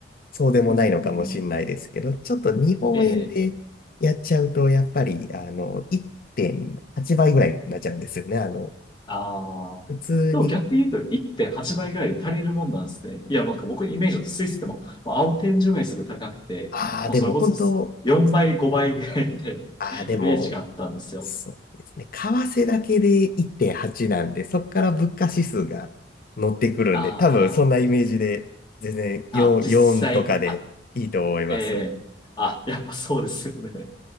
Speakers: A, on the left; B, on the left.
A: そうでもないのかもしれないですけど、
B: うん。
A: ちょっと日本円でやっちゃうと、
B: ええ、
A: やっぱり、あの、1.8倍ぐらいになっちゃうんですよね。あの、
B: ああ。
A: 普通に。
B: でも逆に言うと1.8倍ぐらいで足りるもんなんですね。いや、なんか僕のイメージだとスイスでも、まあ青天井がにすごい高くて、
A: ああ、
B: もうそれこそ
A: でも本当、
B: 4倍、
A: そうですね。
B: 5倍ぐらいみたいな
A: ああ、
B: <laughs>
A: でも、
B: イメージがあったんですよ。
A: そうですね。為替だけで1.8なんで、そこから物価指数が乗ってくるんで、
B: あ
A: 多分そんなイメージで、全然4、
B: あ、あ、実際、
A: 4とかでいいと思います。
B: あ、ええ、あ、やっぱそうですよね。